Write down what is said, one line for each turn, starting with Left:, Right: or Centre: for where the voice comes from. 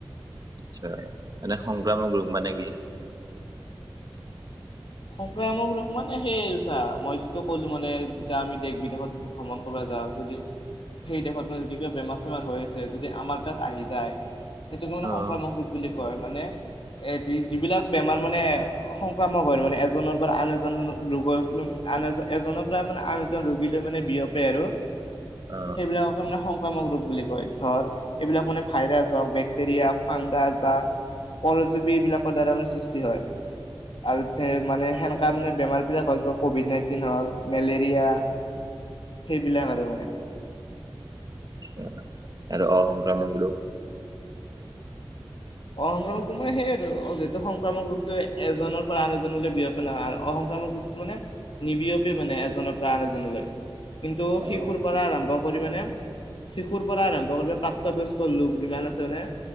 Right: আচ্ছা এনে সংক্ৰামক ৰোগ মানে কি?
Left: সংক্ৰামক ৰোগ মানে সেই আৰু চা, মই যিটো কলো মানে যেতিয়া আমি দেশ-বিদেশত ভ্ৰমণ কৰ <unintelligible> যদি সেই দেশত মানে যদি কিবা বেমাৰ-চেমাৰ হৈ আছে যদি আমাৰ তাত আহি যায়। সেইটোকে মানে
Right: অ',
Left: সংক্ৰামক ৰূপ বুলি কয় মানে এ যি যিবিলাক বেমাৰ মানে সংক্ৰামক হয় <unintelligible> এজনৰ পৰা আন এজন ৰোগক ল আন এজন এজনৰ পৰা মানে আন এজন ৰোগীলৈ মানে বিয়পে আৰু
Right: অ',
Left: সেই বিলাককে মানে সং ক্ৰামক ৰূপ বুলি কয়। ধৰ এইবিলাক মানে ভাইৰাছ হওক, বেক্টেৰিয়া ফাংগাছ, বা পৰজীৱী এইবিলাকৰ দ্বাৰা মানে সৃষ্টি হয়, আৰু মানে সেনেকা মানে বেমাৰবিলাক হল ক'ভিড নাইনটিন হ'ল, মেলেৰিয়া। সেইবিলাক আৰু মানে।
Right: আ আৰু অ সংক্ৰামক ৰোগ
Left: অসংক্ৰামকটো মানে সেই আৰু যিহেতু সংক্ৰামক ৰোগটো এজনৰ পৰা আন এজনলৈ বিয়পে না আৰু অসং সংক্ৰামক ৰোগটো মানে নিবিয়পে মানে এজনৰ পৰা আন এজনলৈ। কিন্তু
Right: অ',
Left: শিশুৰ পৰা আৰম্ভ কৰি মানে শিশুৰ পৰা আৰম্ভ কৰি প্ৰাপ্তবয়স্ক লোক যিমান আছে। মানে